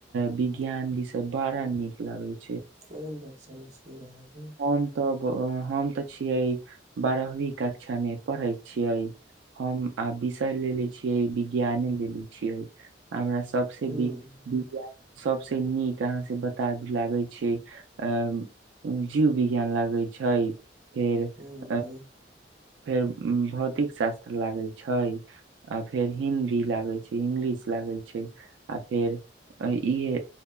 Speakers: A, on the right; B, on the right.
A: विज्ञान विषय बड़ा निक लागे छैय। <unintelligible>
B: कोन कक्षा मे छियै यहाँ। <unintelligible>
A: हम तऽ ब अ। <unintelligible> हम तऽ छियै बारहवी कक्षा मे पढ़ै छियै हम आ विषय लेे छियै विज्ञाने लेने छियै। <unintelligible> हमरा सबसे
B: उम्म
A: विज्ञान सब। <unintelligible> सबसे नीक अहाँ से बता दु लागे छैय अ। <unintelligible> जीव विज्ञान लागै छैय। <unintelligible> फेर
B: उम्म
A: अ। <unintelligible> फेर भौतिक शास्त्र लागैत, छैय आ फेर हिदी लागैत, छैय इंग्लिश लागैत, छैय आ फेर इहे